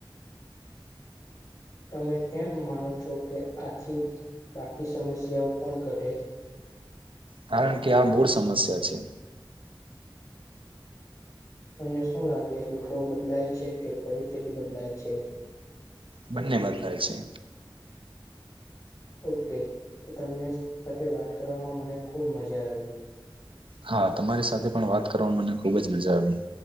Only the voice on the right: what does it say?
કારણ કે આ મૂળ સમસ્યા છે.
બંને બદલાય છે.
હા તમારી સાથે પણ વાત કરવાવામાં મને ખુબ જ મજા આવી.